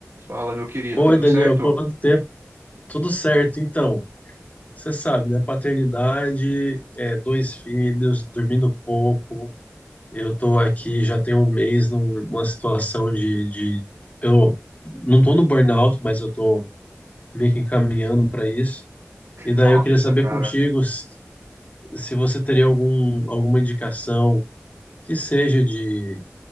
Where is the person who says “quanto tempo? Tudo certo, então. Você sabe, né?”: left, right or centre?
Left